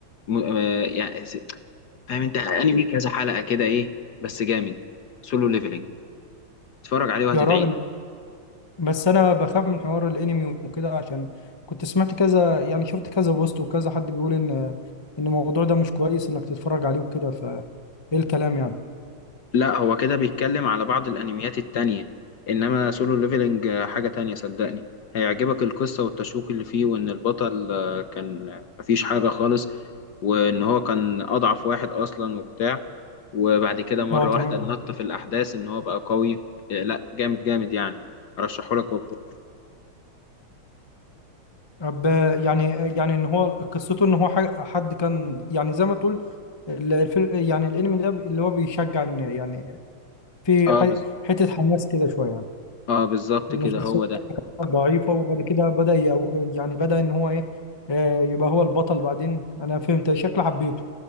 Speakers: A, on the left (about 60°); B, on the left (about 20°).
A: م... آه، يعني س- فاهم انت انمي كذا حلقة كده ايه بس جامد سولو ليفلنج اتفرج عليه وهتدعي
B: يا راجل بس انا بخاف من حوار الانمي وكده عشان كنت سمعت كذا يعني شفت كذا بوست وكذا حد بيقول ان آه، ان الموضوع ده مش كويس انك تتفرج عليه وكده فايه الكلام يعني
A: لا هو كده بيتكلم على بعض الانميات التانية انما سولو ليفلنج حاجة تانية صدقني هيعجبك القصة والتشويق اللي فيه وان البطل آه، كان مفيش حاجة خالص وان هو كان اضعف واحد اصلا وبتاع وبعد كده مرة
B: اه تمام
A: واحدة نط في الاحداث ان هو بقى قوي آه، لا جامد جامد يعني ارشحهولك وبقى.
B: ب- يعني يعني ان هو قصته ان هو ح- حد كان يعني زي ما تقول ال- الفيلم يعني الانمي ده اللي هو بيشجع ان يعني في
A: اه
B: ح-
A: بز...
B: حته حماس كده شويه يعني
A: اه بالظبط
B: ان
A: كده
B: الشخصيه
A: هو ده
B: ضعيفه وبعد كده بدا يو- يعني بدا ان هو ايه آه، يبقى هو البطل بعدين انا فهمت شكل حبيته